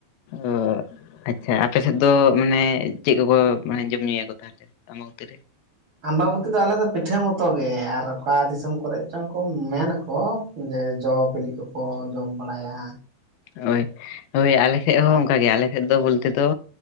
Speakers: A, on the left; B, on the right.
A: ᱚ ᱟᱪᱪᱷᱟ ᱟᱯᱮ ᱥᱮᱫ ᱫᱚ ᱢᱟᱱᱮ ᱪᱮᱜ ᱠᱚᱠᱚ ᱢᱟᱱᱮ ᱡᱚᱢ ᱧᱩᱭᱟ ᱠᱚ ᱛᱟᱦᱚᱞᱮ? ᱟᱢᱵᱟᱵᱩᱛᱤ ᱨᱮ?
B: ᱟᱢᱵᱟᱵᱩᱛᱤ ᱫᱚ ᱟᱞᱮ ᱫᱚ ᱯᱤᱴᱷᱟᱹ ᱢᱚᱛᱚ ᱜᱮ ᱟᱨ ᱚᱠᱟ ᱫᱤᱥᱚᱢ ᱠᱚᱨᱮ ᱪᱚᱝ ᱠᱚ ᱢᱮᱱᱟᱠᱚ ᱡᱮ ᱡᱚ ᱵᱤᱞᱤ ᱠᱚᱠᱚ ᱡᱚᱢ ᱵᱟᱲᱟᱭᱟ,
A: ᱦᱳᱭ ᱦᱳᱭ ᱟᱞᱮ ᱥᱮᱜ
B: ᱟᱨ
A: ᱦᱚᱸ ᱚᱝᱠᱟ ᱜᱮ ᱟᱞᱮ ᱥᱮᱫ ᱫᱚ ᱵᱳᱞᱛᱮ ᱛᱚ